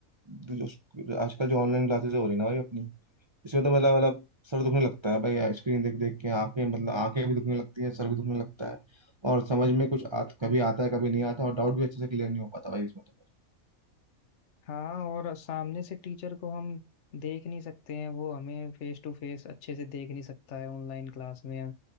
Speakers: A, on the right (about 25°); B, on the left (about 60°).
A: तो जो- आजकल जो ऑनलाइन क्लासेस हो रही है ना भाई अपनी इसमें तो मतलब मतलब सर दुखने लगता है भाई स्क्रीन देख देख के आंखें मतलब आंखें भी दुखने लगती हैं सर भी दुखने लगता है और समझ में कुछ आ, कभी आता है कभी नहीं आता और डाउट भी अच्छे से क्लियर नहीं हो पाता भाई इसमें तो
B: हाँ और सामने से टीचर को हम देख नहीं सकते हैं वो हमें फेस टू फेस अच्छे से देख नहीं सकता है ऑनलाइन क्लास में